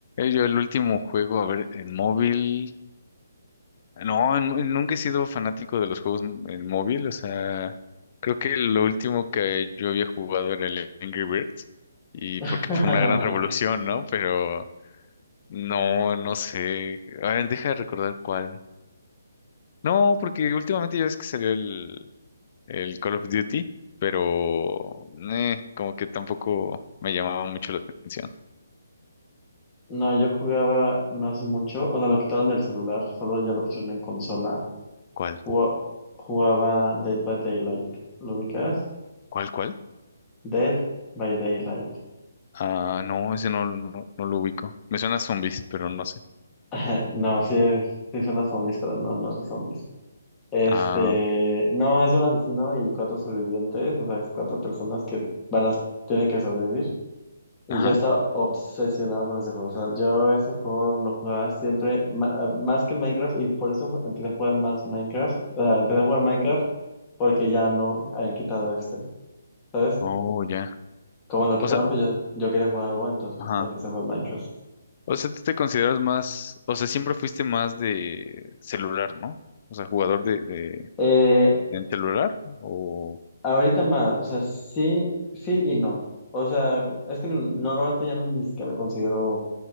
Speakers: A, on the left; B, on the left.
A: Yo el último juego, a ver, en móvil, no, en- en- nunca he sido fanático de los juegos m- en móvil, o sea, creo que lo último que yo había jugado era el Angry Birds, y porque
B: <laughs>
A: fue una gran <laughs> revolución, ¿no? Pero no, no sé, a ver, deja de recordar cuál. No, porque últimamente ya ves que salió el, el Call of Duty, pero eh, como que tampoco me llamaba mucho la atención.
B: No, yo jugaba no hace mucho, o sea, lo quitaron del celular, solo ya lo pusieron en consola.
A: ¿Cuál?
B: Ju- Jugaba Dead by Daylight, ¿lo ubicas?
A: ¿Cuál, cuál?
B: Dead by Daylight.
A: Ah, no, ese no, no, no lo ubico. Me suena a zombies, pero no sé.
B: <laughs> No, sí, es- sí son las zombies, pero no, no es de zombies. Este,
A: Ah,
B: no, es de un asesino y cuatro sobrevivientes, o sea, es cuatro personas que van a, tienen que sobrevivir. Y
A: ajá.
B: yo estaba obsesionado con ese juego, o sea, yo ese juego lo jugaba siempre, ma- ah, más que el Minecraft, y por eso ju- empecé a jugar más Minecraft, o sea, empecé a jugar Minecraft porque ya no habían quitado este, ¿sabes?
A: Oh, ya.
B: Como lo quitaron,
A: O sea,
B: pues yo, yo quería jugar algo, entonces
A: ajá.
B: pues, ya empecé a jugar Minecraft.
A: O sea, tú te consideras más, o sea, siempre fuiste más de celular, ¿no? O sea, jugador de, de,
B: Eh,
A: de celular o,
B: Ahorita más, o sea, sí, sí y no. O sea, es que normalmente ya no me, ni siquiera me considero